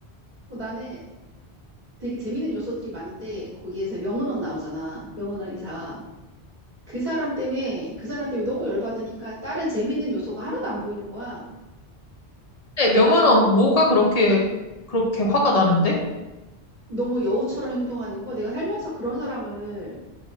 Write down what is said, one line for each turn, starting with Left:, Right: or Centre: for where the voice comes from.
Right: 어, 나는 되게 재밌는 요소들이 많은데 거기에서 명은원 나오잖아. 명은원 이사. 그 사람 때문에 그 사람 때문에 너무 열받으니까 다른 재밌는 요소가 하나도 안 보이는 거야.
Left: 근데 명은은 뭐가 그렇게, 그렇게 화가 나는데?
Right: 너무 여우처럼 행동하는 거. 내가 살면서 그런 사람을